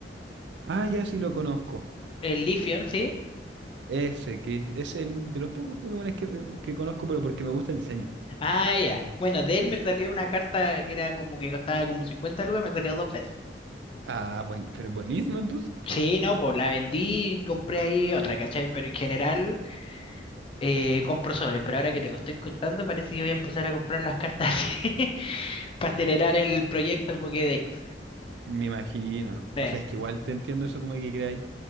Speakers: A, on the right; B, on the left.
A: Ah, ya sí lo conozco.
B: el Leafeon, sí.
A: Ese, que es el de los pocos Pokémones que, que conozco, pero porque me gusta el diseño.
B: Ah, ya. Bueno, de él me salió una carta que era como que costaba como 50 lucas, me salió dos veces.
A: Ah, bueno, pero buenísimo entonces, pues.
B: Sí, no, pues la vendí y compré ahí otra, ¿cachai? Pero en general eh, compro sobres, pero ahora que te lo estoy contando parece que voy a empezar a comprar las cartas <laughs> así para acelerar el proyecto Pokédex.
A: Me imagino.
B: Sí.
A: O sea, es que igual te entiendo eso como que queráis,